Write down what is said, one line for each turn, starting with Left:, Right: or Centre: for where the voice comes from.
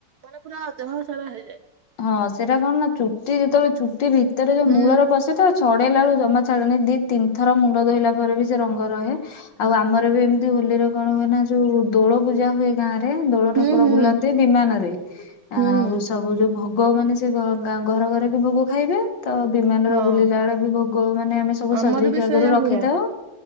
Right: ମାନେ ପୁରା ଦେହ ସାରା ହେଇଯାଏ।
Left: ହଁ ସେଇଟା କଣ ନା ଚୁଟି ଯେତେବେଳେ ଚୁଟି ଭିତରେ ଭିତରେ ଯୋଉ
Right: ହୁଁ
Left: ମୂଳରେ ପଶେତ ଛଡେଇଲା ବେଳେ ଜମା ଛାଡେନି ଦି ତିନି ଥର ମୁଣ୍ଡ ଧୋଇଲା ପରେବି ସେରଙ୍ଗ ରହେ। ଆଉ ଆମରବି ଏମିତି ହୋଲିର କଣ ହୁଏନା ଯୋଉ ଦୋଳ ପୂଜା ହୁଏ ଗାଁରେ ଦୋଳଠାକୁର
Right: ହୁଁ ହୁଁ
Left: ବୁଲନ୍ତି। ବିମାନରେ
Right: ହୁଁ
Left: ଆଉ ସବୁ ଯୋଉ ଭୋଗ ମାନେ ସେ ଘରଘରେ କି ଭୋଗ ଖାଇବେତ ବିମାନର
Right: ହଁ
Left: ବୁଲିଲା ବେଳେ ବି ଭୋଗ ମାନେ ଆମେସବୁ
Right: ଆମର
Left: ସବୁ ସଜେଇକି
Right: ବି
Left: ଆଗରୁ
Right: ସେଇଆ
Left: ରଖିଥାଉ
Right: ହୁଏ